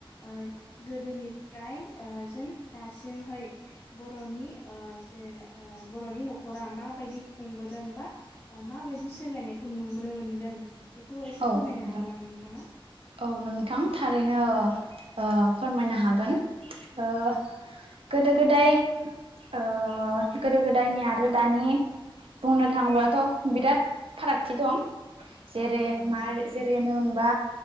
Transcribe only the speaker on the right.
औ
मेदाम
औ नोंथां थारैनो ओ ओ फोरमायनो हागोन ओ गोदो गोदाय ओ गोदो गोदायनि आरो दानि बुंनो थाङोबाथ' बिराद फारागथि दं। जेरै-
माइ
जेरैनो होनबा